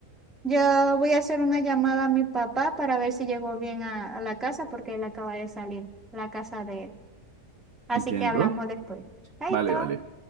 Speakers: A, in the centre; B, on the right.
A: Yo voy a hacer una llamada a mi papá para ver si llegó bien a, a la casa porque él acaba de salir, la casa de él. Así
B: entiendo.
A: que hablamos después. Chaito.
B: Vale, vale.